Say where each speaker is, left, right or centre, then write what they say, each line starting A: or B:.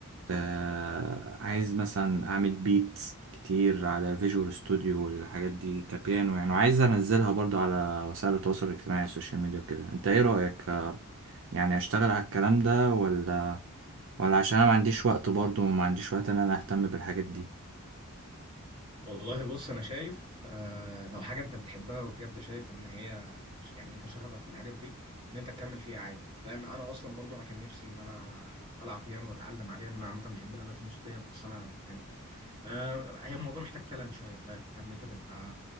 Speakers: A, on the right; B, on the right.
A: آه، عايز مثلا اعمل بيت كتير على فيجوال ستوديو والحاجات دي كبيانو يعني وعايز انزلها برضه على وسائل التواصل الاجتماعي السوشيال ميديا وكده انت ايه رأيك آه، يعني اشتغل على الكلام ده ولا ولا عشان انا ما عنديش وقت برضه وما عنديش وقت ان انا اهتم بالحاجات دي
B: والله بص انا شايف آه لو حاجه انت بتحبها وبجد شايف ان هي يعني انت شغفك في الحاجات دي ان انت تكمل فيها عادي فاهم انا اصلا برضو انا كان نفسي ان انا العب بيانو واتعلم عليه ان انا عامه بحب الالات الموسيقيه بس انا يعني آه، هي الموضوع محتاج تالنت شويه فاهم ان انت تبقى